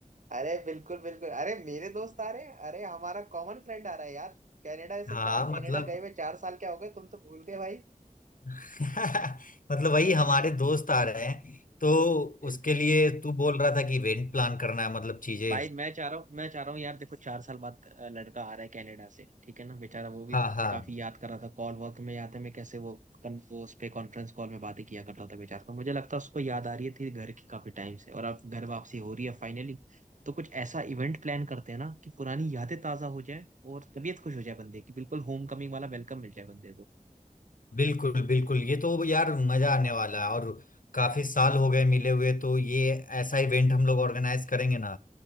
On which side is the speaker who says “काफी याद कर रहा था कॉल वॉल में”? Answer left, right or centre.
Right